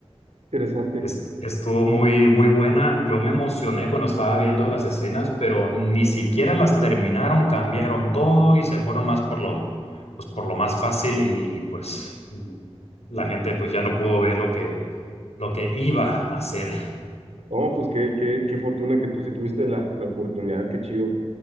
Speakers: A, on the right (about 85°); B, on the left (about 80°).
A: interesante.
B: Est- Estuvo muy, muy buena. Yo me emocioné cuando estaba viendo las escenas, pero ni siquiera las terminaron, cambiaron todo y se fueron más por lo, pues por lo más fácil y, pues la
A: Y-
B: gente pues ya no pudo ver lo que, lo que iba a hacer.
A: Oh, pues qué, qué, qué fortuna que tú sí tuviste la, la oportunidad, qué chido,